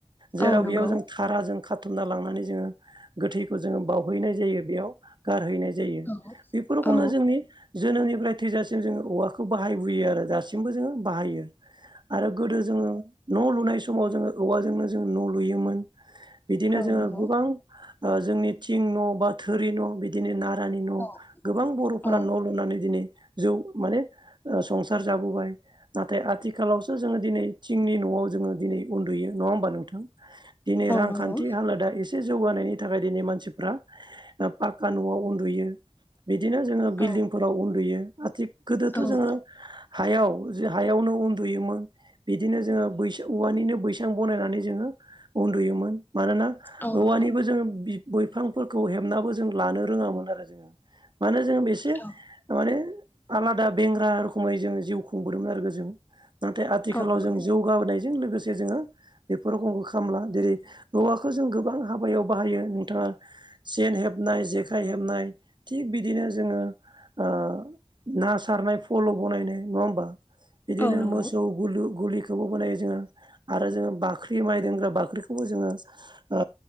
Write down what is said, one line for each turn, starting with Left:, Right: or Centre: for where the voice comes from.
Right: जेराव
Left: औ
Right: बेयाव
Left: नंगौ
Right: जों। दारहाजों खाथुमना लांनानै जोंङो गोथैखौ जोंङो बावहैनाय जायो बेयाव गारहैनाय जायो। जायो
Left: औ
Right: बेफोर खौनो
Left: औ
Right: जोंनि जोनोमनिफ्राय थैजासिम जोंङो औवाखौ बाहायबोयो आरो दासिमबो जोंङो बाहायो। आरो गोदो जोंङो न' लुनाय समाव जोंङो औवाजोंनो जोंङो न' लुयोमोन। बिदिनो
Left: औ
Right: जोंङो
Left: नंगौ
Right: गोबां जोंनि थिं न, बा थोरि न' बि। बिदिनो नारानि न'
Left: औ
Right: गोबां बर'फोरा
Left: औ
Right: न' लुनानै दिनै जों माने संसार जाबोबाय। नाथाय आथिखालावसो जोंङो दिनै थिंनि न'आव जोंङो दिनै उन्दुयो नङा होमबा नोंथां ।दिनै
Left: औ
Right: रांखान्थि
Left: नंगौ
Right: हालोदा एसे एसे जौगानायनि थाखाय दिनै मानसिफ्रा पाक्का नआव उन्दुयो। बिदिनो जोंङो बिल्डिंफोराव
Left: औ
Right: उन्दुयो ।आथि गोदोथ'
Left: औ
Right: जोंङो हायाव हायावनो उन्दुयोमोन बिदिनो जोंङो बैस औवानिनो। बैसां बनायनानै जोंङो उन्दुयोमोन मानोना
Left: औ
Right: औवानिबो
Left: नंगौ
Right: जों। बैफांफोरखौ हेबनाबो जों लानो रोङामोन आरो जोंङो। मानो जों बेसे
Left: औ
Right: माने। आलादा बेंग्रा रखोमै जोंङो जिउ खुंबोदोंमोन आरो जों नाथाय
Left: औ
Right: आथिखालाव
Left: नंगौ
Right: जों जौ गाबोनायजों लोगोसे। जोंङो बेफोर रोखोमखौ खालामय जेरै औवाखौ जों गोबां हाबायाव बाहायो नोंथाङा। सेन हेबनाय जेखाइ हेबनाय। थिग बिदिनो जोंङो ओ ना सारनाय फल बनायनाय नङा होमबा। बिदिनो
Left: औ नंगौ
Right: मोसौ गलु गलिखौबो बानायो जोंङो। आरो जोंङो बाख्रि माइ दोनग्रा बाख्रिखौबो जोंङो ओ